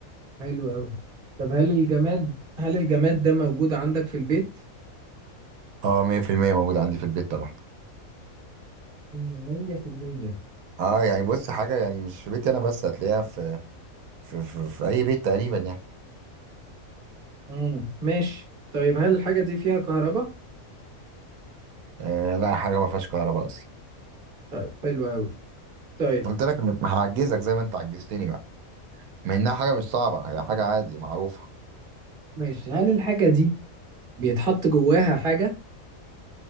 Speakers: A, on the right; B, on the right.
A: حلو أوي طب هل الجماد هل الجماد ده موجود عندك في البيت؟
B: اه 100% موجود عندي في البيت طبعا
A: 100%
B: اه يعني بص حاجة يعني مش في بيتي انا بس هتلاقيها في في, في, في اي بيت تقريبا يعني
A: مم. ماشي طيب هل الحاجة دي فيها كهرباء؟
B: آه لا حاجة ما فيهاش كهرباء اصلا
A: طيب حلو أوي طيب
B: قلت لك م- هعجزك زي ما انت عجزتني بقى مع انها حاجة مش صعبة هي حاجة عادي معروفة
A: ماشي هل الحاجة دي بيتحط جواها حاجة؟